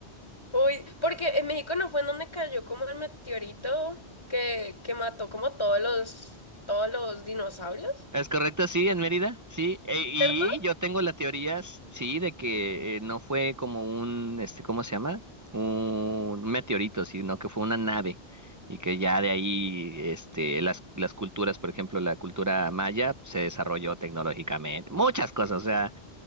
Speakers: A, on the left; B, on the right.
A: Uy, porque en México no fue en donde cayó como el meteorito que, que mató como todos los, todos los dinosaurios,
B: Es correcto, sí, en Mérida, sí. E- y
A: ¿cierto?
B: yo tengo la teoría, s- sí, de que eh, no fue como un, este, ¿cómo se llama? Un meteorito, sino que fue una nave. Y que ya de ahí, este, las, las culturas, por ejemplo, la cultura maya se desarrolló tecnológicamente. Muchas cosas, o sea,